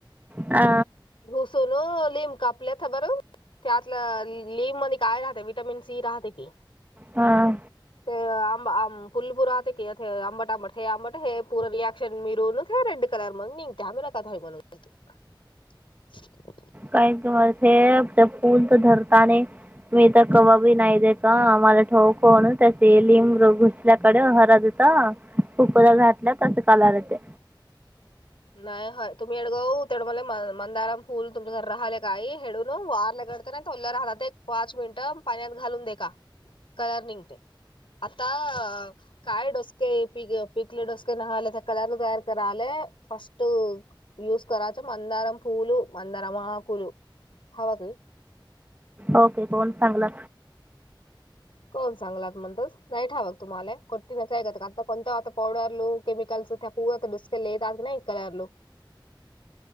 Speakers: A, on the right; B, on the left.
A: अ
B: घुसून नीम काप आपल्या बर ते आतलं लिंब काय राहते विटमिन सी राहते की
A: हां
B: ते आंब फुलबूरहते की आंबट आंबट हे आंबट हे पूरं रिॲक्शन मिरून रेड कल मण त्याॅमरा काय म्हनून क <inaudible> <inaudible>
A: काय सेब ते फूल तर धरता ने मी तर कबाबी नाही दे का आम्हाला ठोकण त्याचे लिम घुसल्याकडे हर त कुकड घातल्या तस कलर चे
B: नाही हय तुम्ही हेडगा तेढं मला म मंदाराम फुल तुमच्या घर राहिले काय हेडून वारल्या कर <unintelligible> राह एक पाच मिनिट पाण्यात घालून दे का कलर निंगततोय आता अ काय डोसके प पिकले डोसके नाही आले त्या कललू तयार करा आले फस्ट युज कराच मंदारम पूल मंदारम आकल हवाग
A: ओके कोण चांगला
B: कोण सांगलात म्हणतोस नाही ठावाक तुम्हाला कोटी न ऐत आता कोणत आता पावडर लू केमिकलस पू डुसकलेे त ना कलरलो